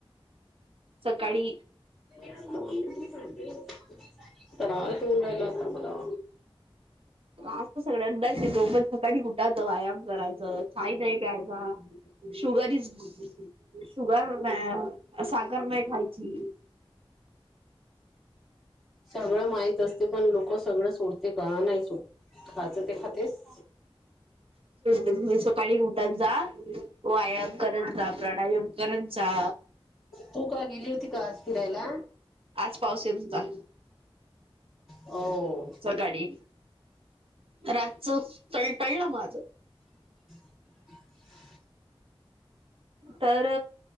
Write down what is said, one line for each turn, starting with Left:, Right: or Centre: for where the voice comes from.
Right: सकाळी
Centre: <unintelligible> तरास होऊन राहिला आता मला.
Right: त्रास तर सगळ्यांनाच येतो. पण सकाळी उठायचं, व्यायाम करायचं, चहाही नाही प्यायचा. शुगर इज शुगर नाही, साखर नाही खायची.
Centre: सगळं माहित असते पण लोकं सगळं सोडत ते का नाही सोड,,, खायचं ते खातेस.
Right: तुम्ही सकाळी उठत जा,, व्यायाम करत जा,, प्राणायाम करत जा.
Centre: तू का गेली होती का आज फिरायला?
Right: आज पाऊस येत होता
Centre: हो.
Right: सकाळी रातचं कळ टळ्ळं माझं.
Centre: <inaudible>
Right: तर,,